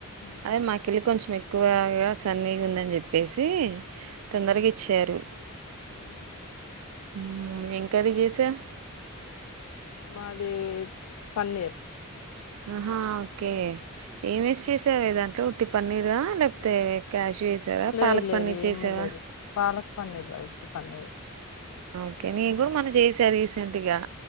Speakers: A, on the left; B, on the right.
A: మ్మ్
B: అదే మాకిళ్ళి కొంచెం ఎ ఎక్కువగా సన్నీగ ఉందని చెప్పేసి తొందరగా
A: ఊ
B: ఇచ్చారు
A: ఊహు
B: ఉహుం.. ఏం కర్రీ చేసావు
A: మాది పన్నీర్
B: ఆహా ఓకే ఏం వేస్ చేసావే దాంట్లో పన్నీరా లేకపోతే క్యాషు వేసారా
A: లేదు
B: పాలక్
A: లేదు
B: పన్నీర్
A: ఏమీ
B: చేసావా
A: లేదు పాలక్ పన్నీర్ కాదు. ఉత్తి పన్నీరే
B: ఓకే నేను కూడా మన్న చేసా రీసెంట్ గా